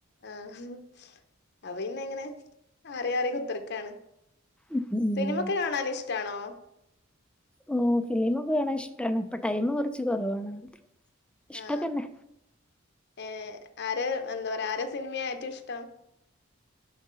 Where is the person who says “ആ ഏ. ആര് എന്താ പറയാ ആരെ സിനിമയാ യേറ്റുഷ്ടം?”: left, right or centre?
Left